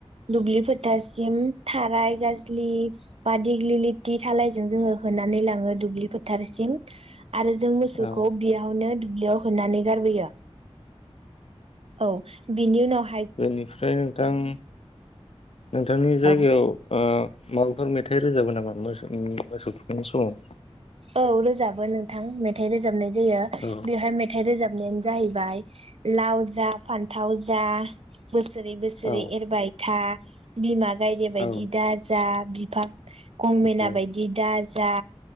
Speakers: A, on the right (about 70°); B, on the left (about 70°).
A: दुब्लि फोथारसिम थाराय गाजलि बा दिग्लि लिथि दालायजों जोङो होनानै लाङो दुब्लि फोथारसिम आरो जों मोसौखौ
B: औ
A: बेयावनो दुब्लियाव होनानै गारबोयो औ बिनि उनाव
B: बेनिफ्राय नोंथां नोंथांनि
A: औ
B: जायगायाव ओ माबाफोर मेथाइ रोजाबो नाम <unintelligible> मोसो मोसौ थुखैनाय समाव
A: औ रोजाबो नोंथां मेथाइ रोजाबनाय जायो
B: औ
A: बेयावहाय मेथाइ रोजाब नायानो जाहैबाय लाव जा फान्थाव जा बोसोरै बोसोरै
B: औ
A: एरबाय था बिमा गायदे बायदि
B: औ
A: दाजा बिफा गंमेना
B: नंगौ
A: बायदि दाज जा